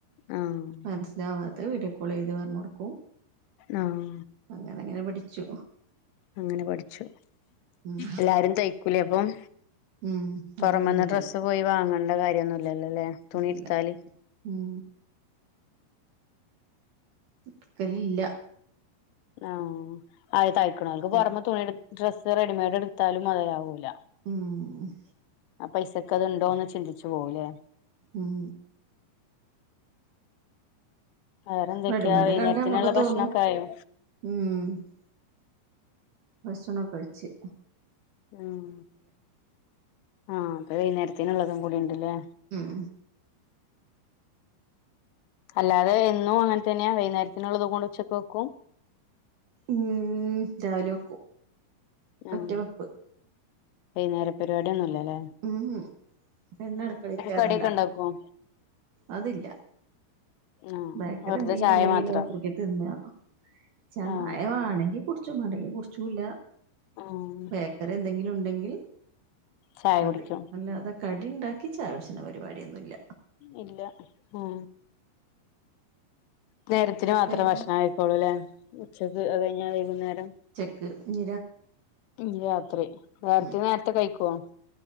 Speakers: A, on the left; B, on the right.
A: ആഹ്
B: മനസ്സിലാവാത്തെ വീഡിയോ കോൾ ചെയ്ത്പറഞ്ഞ് കൊടുക്കും
A: ആഹ്
B: അങ്ങനങ്ങനെ പഠിച്ചു
A: അങ്ങനെ പഠിച്ചു
B: ഉം
A: എല്ലാരും തയ്ക്കൂലേ അപ്പം
B: ഉം അല്ലാതെ
A: പുറമന്ന്
B: വിജയിക്കും
A: ഡ്രസ്സ് പോയി വാങ്ങണ്ട കാര്യന്നുല്ലല്ലോലേ തുണിട്ത്താല്
B: ഇല്ല ഉം ക്കലില്ല
A: ആഹ് അയ് തയ്ക്ണോൽക്ക്
B: തോനെ
A: പുറമെ തുണി എടു ഡ്രസ്സ് റെഡിമെഡ് എടുത്താലും മൊതലാവൂല
B: ഉം
A: ആ പൈസക്കത്ണ്ടോന്ന് ചിന്തിച്ചു പോകൂലേ
B: ഉം
A: വേറെന്തൊക്കെയാ
B: റെഡിമെയ്ഡ്
A: വൈകുന്നേരത്തിന്ള്ള
B: കണ്ട നമ്മക്ക്
A: ഭക്ഷണം
B: തോന്നും
A: ഒക്കെ ആയോ
B: ഉം ഭക്ഷണോക്കഴിച്ച്
A: ഉം ആഹ് അത് വൈകുന്നേരത്ത്ന്ള്ളതും കൂടിണ്ട്ല്ലെ
B: ഉം
A: അല്ലാതെ എന്നും അങ്ങനെ തന്നെയാ വൈന്നേരത്തിനുള്ളതും കൂടെ ഉച്ചക്ക് വെക്കും
B: ഉം രാവിലെ വെക്കും
A: ആഹ്
B: ഒറ്റ വെപ്പ്
A: വൈന്നേര പരിവാടിയൊന്നുല്ലലേ
B: ഊഹും പിന്നെ അടക്കളീ കേറണ്ട
A: കടിയൊക്കെ ഉണ്ടാക്കുവോ
B: അതില്ല
A: ആഹ്
B: ബേക്കറി
A: വെറുതെ
B: എന്തെങ്കിലും
A: ചായ
B: ഉണ്ടെങ്കിലൊ
A: മാത്രം
B: കൂട്ടി തിന്ന ചായ
A: ആഹ്
B: വാണെങ്കി കുടി ച്ചു മടങ്കി കുട്ച്ചൂല്ല
A: ആഹ്
B: ബേക്കറി എന്തെങ്കിലും ഉണ്ടെങ്കിൽ
A: ചായ
B: അതെ
A: കുടിക്കും
B: അല്ലാതെ കടിണ്ടാക്കി ചയൊട്ച്ണ പരിപാടിയൊന്നുല്ല
A: ഇല്ല ആഹ് നേരത്തിന് മാത്ര
B: പിന്നെ
A: ഭക്ഷണം കഴിക്കോള്ളൂല്ലേ ഉച്ചക്ക് അത് കഴിഞ്ഞാ വൈകുന്നേരം
B: ച്ചെക്ക് ഞ
A: പിന്നെ രാത്രി നേരത്തിന്
B: ഉം
A: നേരത്തെ കഴിക്കോ